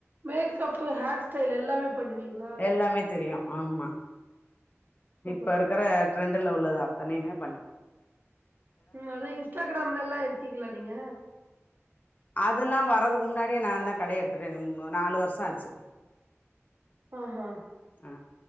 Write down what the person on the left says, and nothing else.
எல்லாமே தெரியு ஆம்மா
இப்ப இருக்கிற ட்ரெண்டுல உள்ளது அத்தனையுமே பண்ணுவ
அதெல்லா வரதுக்கு முன்னாடியே நா தா கடய எடுத்திட்டனே நாலு வருஷோ ஆச்சி
ஆ